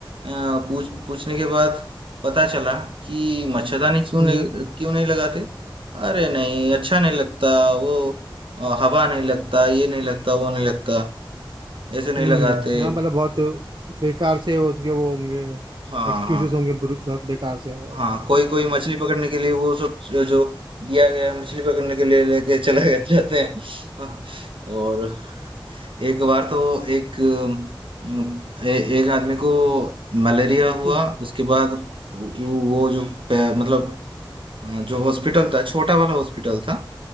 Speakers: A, on the right; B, on the right.
A: आ, पूछ पूछने के बाद पता चला कि मच्छरदानी क्यों
B: हम्म
A: नहीं क्यों नहीं लगाते अरे नहीं अच्छा नहीं लगता वो आ, हवा नहीं लगता ये नहीं लगता वो नहीं लगता ऐसे नहीं
B: हम्म,
A: लगाते
B: हाँ मतलब बहुत बेकार से उनके वो होंगे
A: हाँ
B: एक्सक्यूजेस
A: हाँ
B: होंगे बुर- बहुत बेकार से <laughs>
A: हाँ कोई कोई मछली पकड़ने के लिए वो सब जो जो दिया गया है, मछली पकड़ने के लिए लेके चले गए- जाते हैं हाँ, और एक बार तो एक अम, ए, एक आदमी को मलेरिया हुआ
B: हम्म
A: उसके बाद वो वो जो पे- मतलब अ, जो हॉस्पिटल था छोटा वाला हॉस्पिटल था